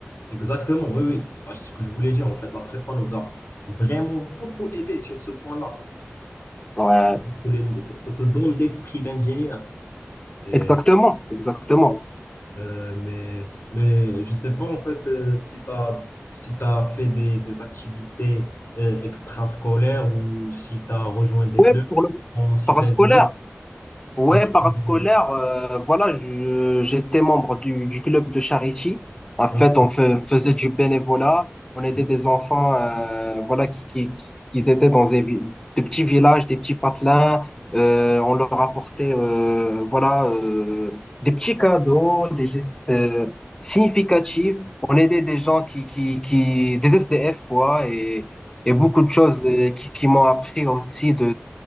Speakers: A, on the left; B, on the left.
A: Exactement, oui, oui. Ah, C'est ce que je voulais dire. En fait, la prépa nous a vraiment beaucoup aidé sur ce point-là.
B: Ouais,
A: Parce que les- Ça, ça te donne l'esprit d'ingénieur. Et,
B: exactement, exactement.
A: euh, mais, mais je ne sais pas, en fait, euh, si tu as, si t'as fait des, des activités euh, extrascolaires ou si tu as rejoint des
B: Ouais,
A: clubs
B: pour le
A: en cycle
B: parascolaire.
A: ingénieur.
B: Ouais,
A: En cycle
B: parascolaire,
A: ingénieur.
B: euh, voilà, je, j'étais membre du, du club de charity. En fait,
A: Ok.
B: on fa- faisait du bénévolat. On aidait
A: Ok.
B: des enfants, euh, voilà, qui, qui, qui qui étaient dans des, vi- des petits villages, des petits patelins. Euh, on leur apportait, euh, voilà, euh, des petits cadeaux, des gestes euh, significatifs. On aidait des gens qui, qui, qui, des SDF, quoi, et, et beaucoup
A: ok.
B: de choses euh, qui, qui m'ont appris aussi